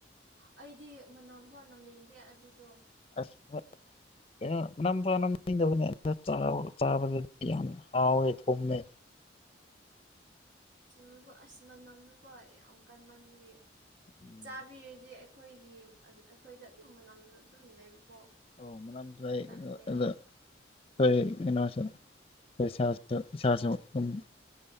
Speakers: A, on the right (about 70°); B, on the left (about 30°).
A: ꯑꯩꯗꯤ ꯃꯅꯝ ꯐꯥꯎ ꯅꯝꯅꯤꯡꯗꯦ ꯑꯗꯨꯗꯣ꯫
B: ꯑꯁ ꯎꯝ ꯀꯅꯣ ꯃꯅꯝꯐꯥꯎ ꯅꯝꯅꯤꯡꯗꯕꯅꯦ꯫ ꯑꯆꯥꯕ ꯆꯥꯕꯗꯗꯤ ꯌꯥꯝ ꯍꯥꯎꯋꯦ ꯊꯨꯝꯃꯦ꯫
A: ꯊꯨꯔꯨꯕ ꯑꯁ ꯃꯅꯝꯗꯨꯀꯣ ꯌꯥꯝ ꯀꯟꯃꯟꯕꯒꯤ꯫
B: ꯎꯝ
A: ꯆꯥꯕꯤꯔꯤꯗꯤ ꯑꯩꯈꯣꯏꯒꯤ ꯑꯩꯈꯣꯏꯗ ꯑꯗꯨꯝ ꯃꯅꯝꯗꯣ ꯑꯗꯨꯝ ꯂꯩꯕꯀꯣ꯫
B: ꯑꯣ ꯃꯅꯝ ꯂꯩ
A: ꯇꯜꯂꯦꯕ
B: ꯑ ꯑꯗ ꯑꯩꯈꯣꯏ ꯀꯩꯅꯣꯁꯨ ꯑꯩꯈꯣꯏ ꯏꯁꯥꯁꯨ ꯏꯁꯥꯁꯨ ꯑꯗꯨꯝ